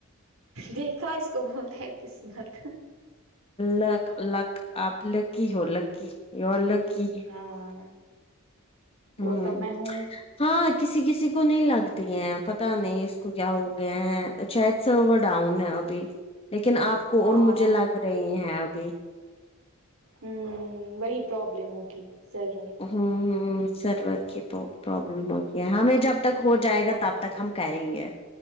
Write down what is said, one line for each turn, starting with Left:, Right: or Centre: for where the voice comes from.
Right: دیکھا اس کو بولتیں ہے قسمت
Left: لک لک آپ لکی ہو لکی یور لکی ہے
Right: ہاں
Left: ہمم
Right: وہ تو میں ہوں
Left: ہاں کسی کسی کو نہیں لگتی ہیں پتا نہیں اس کو کیا ہو گیا ہیں شاید سرور ڈاؤن ہے ابھی لیکن آپ کو
Right: ہاں
Left: اور مجھے
Right: ہاں
Left: لگ رہی ہیں ابھی
Right: ہ وہی پرابلم ہوگی سرور
Left: ہ ہ سرور کی تو پرابلم ہوگی ہے ہمیں جب تک ہو جائے گا تب تک ہم کریں گے